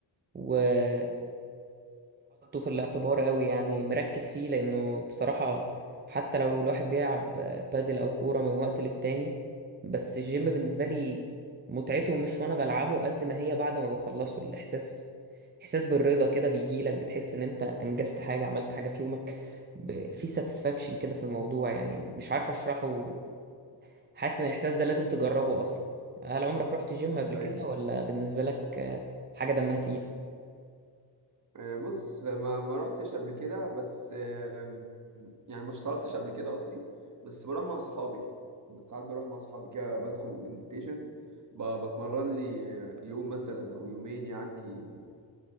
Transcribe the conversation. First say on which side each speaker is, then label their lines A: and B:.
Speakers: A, on the right; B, on the right.
A: وحطه في الاعتبار قوي يعني مركز فيه لانه بصراحه حتى لو الواحد بيلعب بادل او كوره من وقت للتاني بس الجيم بالنسبه لي متعته مش وانا بلعبه قد ما هي بعد ما بخلصه الاحساس احساس بالرضا كده بيجيلك بتحس ان انت انجزت حاجه عملت حاجه في يومك ب- في ساتسفاكشن كده في الموضوع يعني مش عارف اشرحه حاسس ان الاحساس ده لازم تجربه اصلا هل عمرك رحت جيم قبل كده
B: ايوه
A: ولا بالنسبه لك آه، حاجه دمها تقيل
B: آه، بص ما ما رحتش قبل كده بس آه، يعني ما اشتركتش قبل كده قصدي بس بروح مع صحابي ساعات بروح مع صحابي كده بدخل الانفيتيشن بتمرن لي آه، يوم مثلا او يومين يعني